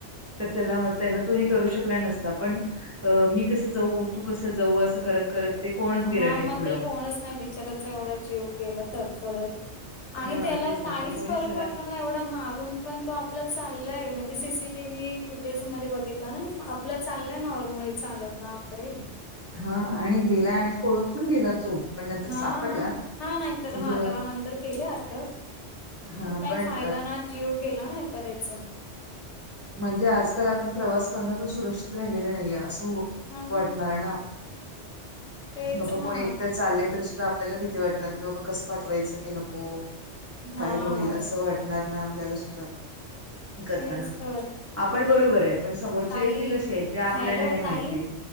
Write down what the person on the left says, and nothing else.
हा
मग
ते कोणच बिचाराचा एवढ जीव गेला तडफडत
आणि त्याला
काहीच
फरक
वाटला नाही एवढ मारून पण तो आपला चाललाय म्हणजे सीसीटीवही फुटेज मध्ये बघितला ना आपलं चाललंय नॉर्मली चालत बापरे
हा
हा नाहीतर
हा
त्याला नंतर केले अ पण
काही
फायदा
ना जीव गेला ना ए कद्याच
हा
तेच
ना
हा
तेच तर
ताई
हॅलो
ताई